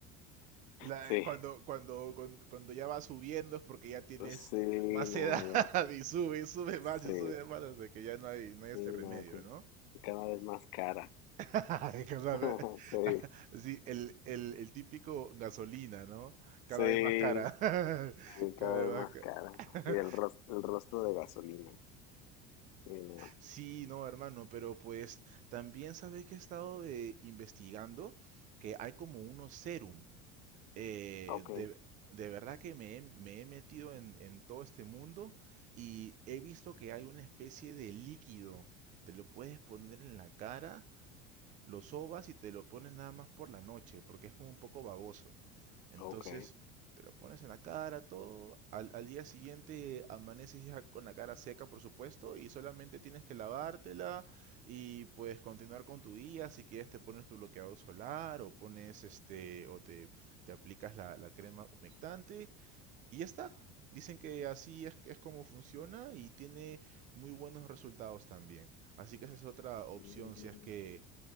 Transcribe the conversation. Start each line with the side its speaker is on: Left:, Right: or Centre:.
Right: La-
Left: Sí.
Right: cuando, cuando, cuando, cuando ya vas subiendo es porque ya tienes
Left: Sí,
Right: más edad
Left: no, ya.
Right: <laughs> y sube, y sube más
Left: Sí,
Right: y sube más hasta que ya no hay, no hay
Left: sí,
Right: este
Left: no,
Right: remedio,
Left: que es
Right: ¿no?
Left: cada vez más cara.
Right: <laughs> Es que, O sea,
Left: <laughs>
Right: ve-
Left: Sí,
Right: <laughs> sí, el, el, el típico gasolina, ¿no? Cada
Left: sí,
Right: vez más cara. <laughs>
Left: sí,
Right: Cada
Left: cada
Right: vez
Left: vez
Right: más
Left: más
Right: cara.
Left: cara.
Right: <laughs>
Left: Sí, el rostro, el rostro de gasolina. Sí, no.
Right: Sí, no, hermano, pero pues también sabes que he estado eh, investigando que hay como unos serum eh,
Left: Ok,
Right: de, de verdad que me he, me he metido en, en todo este mundo y he visto que hay una especie de líquido, te lo puedes poner en la cara lo sobas y te lo pones nada más por la noche, porque es como un poco baboso. Entonces,
Left: ok.
Right: te lo pones en la cara, todo. Al, al día siguiente amaneces ya con la cara seca, por supuesto, y solamente tienes que lavártela y puedes continuar con tu día. Si quieres, te pones tu bloqueador solar o pones este, o te, te aplicas la, la crema humectante y ya está. Dicen que así es, es como funciona y tiene muy buenos resultados también. Así que esa es otra opción
Left: Mm,
Right: si es que